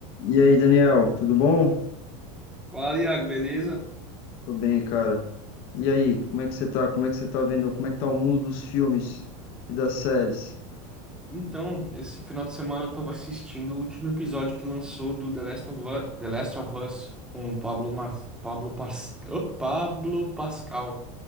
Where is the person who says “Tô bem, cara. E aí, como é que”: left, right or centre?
Left